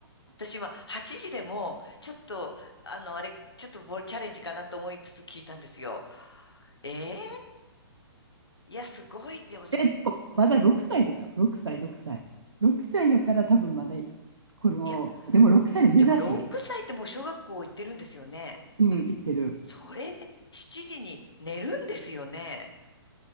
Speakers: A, on the left; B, on the right.
A: 私今、8時でも、ちょっと、あの、あれ、ちょっとボチャレンジかなと思いつつ聞いたんですよ。ええいや、すごい。でもそう、
B: え、でも、まだ6歳ですよ。
A: うん。
B: 6歳、6歳。6歳やから多分まだ、この、
A: いや、
B: でも6歳で珍しい。
A: でも6歳ってもう小学校行ってるんですよね。
B: うん、行ってる。
A: それで7時に寝るんですよね。